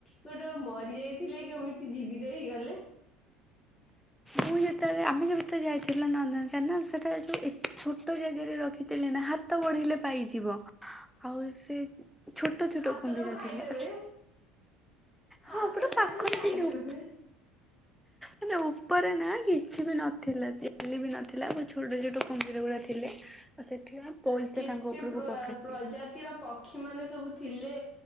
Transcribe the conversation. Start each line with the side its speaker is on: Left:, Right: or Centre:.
Left: କୋଉଟା ମରି ଯାଇଥିଲେ କେମିତି ଜୀବିତ ହେଇଗଲେ,
Centre: ମୁଁ ଯେତେବେଳେ ଆମେ ଯେତେ ଯାଇଥିଲେ ନନ୍ଦନକାନ ସେଟା ରେ ଯୋଉ ଛୋଟ ଜାଗରେ ରଖିଥିଲି ନା ହାତ ବଢେଇଲେ ପାଇଯିବ, ଆଉ ସେ ଛୋଟ ଛୋଟ
Left: ହାତଟାକୁ
Centre: କୁମ୍ଭୀର
Left: ଖାଇଦେବେ
Centre: ଥିଲେ ଆଉ
Left: ହାତ
Centre: ହଁ ପୁରା
Left: ଟାକୁ
Centre: ପାଖରେ
Left: ଖାଇଦେବେ,
Centre: ଥିଲେ ହେଲେ ଉପରେ ନା କିଛି ବି ନଥିଲା ଚାଲି ବି ନଥିଲା ବ ଛୋଟ ଛୋଟ କୁମ୍ଭିର ଗୁଡା ଥିଲେ, ଆଉ ସେଥିପାଇଁ ପଇସା
Left: କେତେ
Centre: ତାଙ୍କ ଉପରକୁ
Left: ପ୍ର
Centre: ପକାନ୍ତି।
Left: ପ୍ରଜାତିର ପକ୍ଷୀ ମାନେ ସବୁ ଥିଲେ,